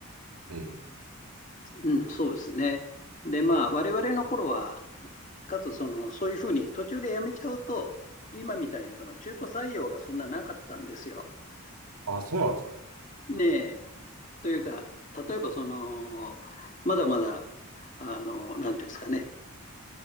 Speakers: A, on the right; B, on the left.
A: うん。
B: うん、そうですね。で、まあ、我々の頃は、かつその、そういうふうに途中でやめちゃうと、今みたいにその中途採用がそんななかったんですよ。
A: あ、そうなんですか。
B: ねえ。というか、例えばその、まだまだ、あの、なんていうんですかね、